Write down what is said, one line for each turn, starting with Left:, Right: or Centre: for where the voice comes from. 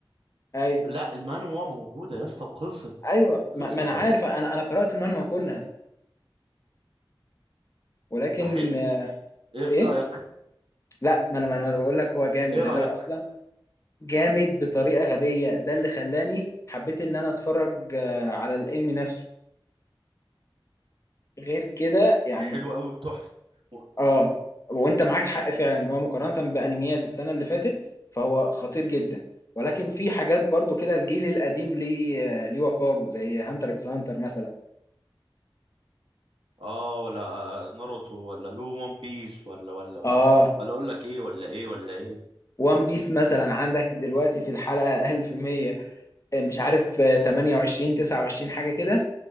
Left: ايوه
Right: لا المانوا موجوده يا اسطى وخلصت
Left: ايوه
Right: خلصت
Left: ما... ما انا عارف
Right: يا بابا
Left: انا انا قرات المانوا كلها ولكن
Right: ما حلو
Left: آه،
Right: ايه
Left: ايه
Right: رايك
Left: لا ما انا ما انا ما أنا بقول لك هو جامد
Right: ايه
Left: ده
Right: رايك
Left: ده اصلا جامد بطريقه غبيه ده اللي خلاني حبيت ان انا اتفرج آه، على الانمي نفسه غير كده يعني
Right: حلو قوي وتحفه و-
Left: اه وانت معاك حق فعلا ان هو مقارنه بانميات السنه اللي فاتت فهو خطير جدا ولكن في حاجات برضو كده الجيل القديم ليه ليه وقاره زي هانتر اكس هانتر مثلا
Right: اه ولا ناروتو ولا لو ون بيس ولا ولا ولا
Left: اه
Right: ولا اقول لك ايه ولا ايه ولا ايه
Left: وان بيس مثلا عندك دلوقتي في الحلقه 1100 آه، مش عارف آه، 28 29 حاجه كده